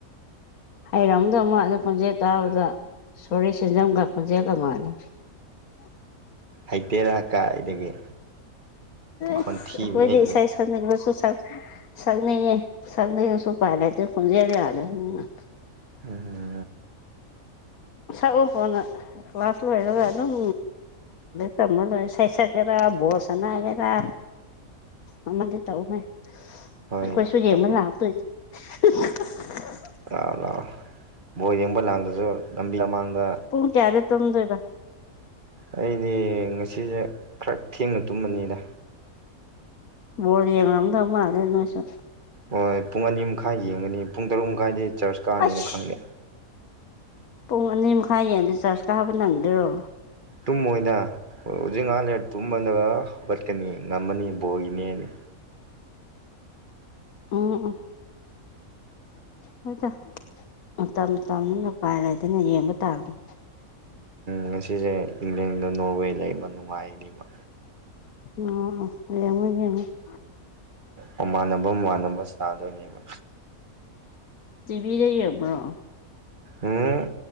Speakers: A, on the left; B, on the right.
A: ꯍꯩꯔꯝꯗꯧ ꯃꯥꯜꯂꯦ ꯈꯣꯟꯖꯦꯜ ꯇꯥꯕꯗ ꯁꯣꯔꯤ ꯁꯦꯟꯖꯝꯒ ꯈꯣꯟꯖꯦꯜꯒ ꯃꯥꯂꯦ
B: ꯍꯩꯇꯦꯗ ꯀꯥꯏꯗꯒꯤ ꯈꯣꯟꯊꯤꯕꯅꯦ
A: ꯏꯁ ꯑꯩꯈꯣꯏꯗꯤ
B: ꯑꯩꯒꯤ
A: ꯏꯁꯩ ꯁꯛꯅꯤꯡꫪꯁꯨ ꯁꯛꯅꯤꯡꯉꯦ ꯁꯛꯅꯤꯡꯉꯁꯨ ꯎꯄꯥꯏ ꯂꯩꯇ‌ꯦ ꯈꯨꯟꯖꯦꯜ ꯌꯥꯗꯝꯅꯤꯅ
B: ꯑꯥ
A: ꯁꯛꯑꯣ ꯀ‌ꯣꯟꯅ ꯀ꯭ꯂꯥꯁ ꯂꯣꯏꯔꯒ ꯑꯗꯨꯝ ꯇꯝꯃ ꯂꯣꯏꯔꯦ ꯁꯩ ꯁꯛꯀ‌ꯦꯔꯥ ꯕꯣꯜ ꯁꯥꯅꯒꯦꯔꯥ ꯑꯃꯗꯤ ꯇꯧꯍ‌ꯦ
B: ꯍꯣꯏ
A: ꯑꯩꯈꯣꯏꯁꯨ ꯌꯦꯡꯕ
B: ꯇꯧ
A: ꯂꯥꯛꯇꯣꯏꯅꯦ <unintelligible>
B: ꯂꯥꯛꯑꯣ ꯂꯥꯛꯑꯣ ꯕꯣꯜ ꯌꯦꯡꯕ ꯂꯥꯡꯗꯁꯨ ꯂꯝꯕꯤ ꯂꯃꯥꯡꯗ
A: ꯄꯨꯡ ꯀꯌꯥꯗ ꯇꯨꯝꯗꯣꯏꯕ
B: ꯑꯩꯗꯤ ꯉꯁꯤꯁꯦ ꯈꯔ ꯊꯦꯡꯅ ꯇꯨꯝꯃꯅꯤꯗ
A: ꯕ‌ꯦꯌꯦꯡ ꯉꯗꯑꯗꯅꯣꯏꯁꯨ
B: ꯍꯣꯏ ꯄꯨꯡ ꯑꯅꯤ ꯃꯈꯥꯏ ꯌꯦꯡꯒꯅꯤ ꯄꯨꯡ ꯇꯔꯨꯛ ꯃꯈꯥꯏꯗꯤ ꯆꯔꯁ ꯀꯥꯅꯤꯅ
A: ꯑꯩꯁ
B: ꯈꯪꯗꯦ
A: ꯄꯨꯡ ꯑꯅꯤ ꯃꯈꯥꯏ ꯌ‌ꯦꯡꯉꯗꯤꯌꯦ ꯆꯥꯔꯖ ꯀꯥꯕ ꯅꯪꯗꯦꯔꯣ
B: ꯇꯨꯝꯃꯣꯏꯗ ꯍꯧꯖꯤꯛ ꯉꯍꯥꯛ ꯂꯩꯔꯒꯇꯨꯝꯃꯒ ꯍꯧꯒꯠꯀꯅꯤ ꯉꯝꯃꯅꯤ ꯕꯣꯜꯒꯤꯅ‌ꯦ ꯗꯤ
A: ꯎꯝ ꯎ ꯍꯣꯏꯗ ꯃꯇꯝ ꯃꯇꯝꯅꯤꯅ ꯎꯄꯥꯏ ꯂꯩꯇ‌ꯦꯅ‌ꯦ ꯌꯦꯡꯕ ꯇꯥꯕꯅꯤ
B: ꯉꯁꯤꯁꯦ ꯏꯪꯂꯦꯟꯒ ꯅꯣꯔꯋꯦꯒ ꯂꯩꯕ ꯅꯨꯡꯉꯥꯏꯅꯤꯕ
A: ꯑ‌ꯣ ꯌ‌ꯦꯡꯉ‌ꯣ ꯌ‌ꯦꯡꯉ‌ꯦ
B: ꯃꯃꯥꯟꯅꯕ ꯃꯃꯥꯟꯅꯕ ꯁ꯭ꯅꯥꯗꯣꯏꯅꯦꯕ
A: ꯇꯤꯚꯤꯗ ꯌꯦꯡꯕ꯭ꯔꯣ
B: ꯎꯝ